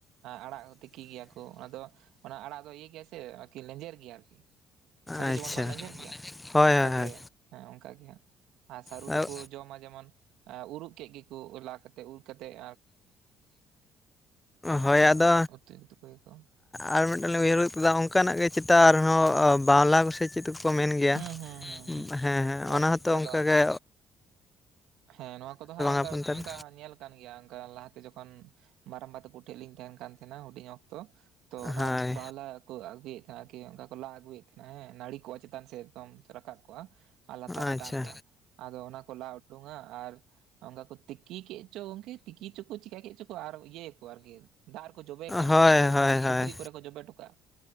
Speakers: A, on the right; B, on the left.
A: ᱟᱲᱟᱜ ᱛᱤᱠᱤ ᱜᱮᱭᱟᱠᱚ ᱚᱱᱟ ᱫᱚ ᱚᱱᱟ ᱟᱲᱟᱜ ᱫᱚ ᱤᱭᱟᱹ ᱜᱮᱭᱟ ᱥᱮ ᱟᱨᱠᱤ ᱞᱮᱧᱡᱮᱨ ᱜᱮᱭᱟ ᱟᱨᱠᱤ᱾ ᱥᱟᱹᱨᱩ
B: ᱟᱪᱪᱷᱟ
A: ᱡᱮᱢᱚᱱ ᱵᱟᱝ ᱞᱮᱸᱡᱮᱨ ᱜᱮᱭᱟ
B: ᱦᱳᱭ
A: ᱚᱱᱠᱟ
B: ᱦᱳᱭ
A: ᱜᱮ ᱦᱮᱸ ᱚᱱᱠᱟ ᱜᱮ ᱦᱟᱸᱜ ᱟᱨ ᱥᱟᱹᱨᱩ
B: ᱦᱳᱭ
A: ᱫᱚᱠᱚ ᱡᱚᱢᱟ ᱠᱚ, ᱡᱮᱢᱚᱱ ᱩᱨᱩᱜ ᱠᱮᱫ ᱜᱮᱠᱚ ᱞᱟ ᱠᱟᱛᱮ ᱩᱨ ᱠᱟᱛᱮᱜ
B: ᱦᱳᱭ
A: ᱚᱱᱠᱟ
B: ᱟᱫᱚ
A: ᱩᱛᱩ ᱛᱩᱠᱩᱭᱟᱠᱚ
B: ᱟᱨ ᱢᱤᱫᱴᱟᱝ ᱩᱭᱦᱟᱹᱨ ᱠᱮᱫᱟ ᱚᱱᱠᱟᱱᱟᱜ ᱜᱮ ᱪᱮᱛᱟᱱ ᱟᱨᱦᱚᱸ ᱵᱟᱣᱞᱟ ᱠᱚᱥᱮ ᱪᱮᱫ ᱛᱮᱠᱚᱠᱚ ᱢᱮᱱ ᱜᱮᱭᱟ
A: ᱦᱩᱸ ᱦᱩᱸ ᱦᱩᱸ ᱦᱩᱸ
B: ᱦᱮᱸ ᱦᱮᱸ
A: ᱦᱳᱭ
B: ᱚᱱᱟ
A: ᱜᱚᱝᱠᱮ
B: ᱦᱚᱸᱛᱚ
A: ᱟᱫᱚ
B: ᱚᱱᱠᱟ ᱜᱮ,
A: ᱦᱮᱸ ᱱᱚᱣᱟ ᱠᱚᱫᱚ ᱦᱟᱸᱜ ᱚᱱᱠᱟ
B: ᱟᱯᱮ ᱚᱱᱛᱮ
A: ᱚᱱᱠᱟ
B: ᱨᱮ
A: ᱧᱮᱞ ᱠᱟᱱ ᱜᱮᱭᱟ, ᱞᱟᱦᱟᱛᱮ ᱡᱚᱠᱷᱚᱱ ᱢᱟᱨᱟᱝᱵᱟ ᱛᱮ ᱠᱚᱴᱷᱮᱡ ᱞᱤᱧ ᱛᱟᱦᱮᱱ ᱠᱟᱱ ᱛᱟᱦᱮᱸᱟᱸᱱᱟ ᱦᱩᱰᱤᱧ ᱚᱠᱛᱚ ᱾ ᱛᱚ ᱚᱱᱟ
B: ᱦᱳᱭ
A: ᱵᱟᱣᱞᱟ ᱠᱚ ᱟᱹᱜᱩᱭᱮᱫ ᱛᱟᱦᱮᱱᱟ ᱠᱤ ᱚᱱᱠᱟ ᱠᱚ ᱞᱟ ᱟᱹᱜᱩᱭᱮᱫ ᱛᱟᱦᱮᱱᱟ ᱦᱮᱸ ᱱᱟᱹᱲᱤ ᱠᱚᱜᱼᱟ ᱪᱮᱛᱟᱱ ᱥᱮᱫ ᱾ ᱨᱟᱠᱟᱵ ᱠᱚᱜᱼᱟ ᱟᱨ ᱞᱟᱛᱟᱨ ᱨᱮ
B: ᱟᱪᱪᱷᱟ
A: ᱫᱟᱜ ᱠᱚᱜᱼᱟ ᱟᱫᱚ ᱚᱱᱟ ᱠᱚ ᱞᱟ ᱩᱰ ᱰᱚᱝᱜᱟ, ᱟᱨ ᱚᱝᱜᱟ ᱠᱚ ᱛᱤᱠᱤ ᱠᱮᱫ ᱪᱚ ᱜᱚᱝᱠᱮ ᱛᱤᱠᱤᱪᱚ ᱠᱚ ᱪᱤᱠᱟ ᱠᱮᱫ ᱪᱚ ᱟᱨ ᱤᱭᱟᱹᱭᱟ ᱠᱚ ᱟᱨᱠᱤ, ᱫᱟᱜ ᱨᱮᱠᱚ ᱡᱚᱵᱮ ᱠᱟᱜᱼᱟ
B: ᱦᱳᱭ
A: ᱾ ᱤᱭᱟᱹ ᱨᱮᱠᱚ
B: ᱦᱳᱭ
A: ᱯᱩᱠᱷᱨᱤ
B: ᱦᱳᱭ
A: ᱠᱚᱨᱮ ᱠᱚ ᱡᱚᱵᱮᱴᱚ ᱠᱟᱜᱼᱟ